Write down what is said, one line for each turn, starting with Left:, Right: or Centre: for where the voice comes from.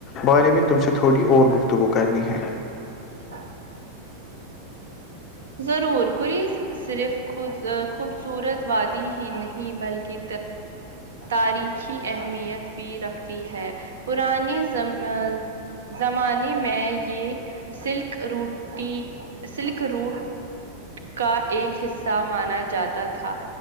Left: بارے میں تم سے تھوڑی اور گفتگو کرنی ہے
Right: ہاں ضرور کوئی صرف خود خوبصورت وادی ہی نہیں بلکہ تاریخی اہمیت بھی رکھتی ہے پرانی زم زمانے میں یہ سلک روٹی سلک روٹ کا ایک حصہ مانا جاتا تھا